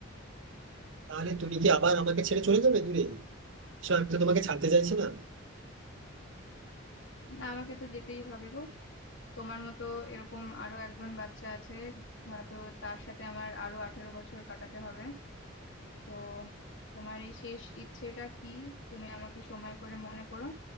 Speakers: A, on the right (about 70°); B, on the left (about 70°).
A: তাহলে তুমি কি আবার আমাকে ছেড়ে চলে যাবে দূরে আসলে আমি তো তোমাকে ছাড়তে চাইছি না
B: না আমাকে তো যেতেই হবে গো তোমার মতো এরকম আরো একজন বাচ্চা আছে হয়তো তার সাথে আমার আরো আঠেরো বছর কাটাতে হবে তো তোমার এই শেষ ইচ্ছেটা কি তুমি আমাকে সময় করে মনে করো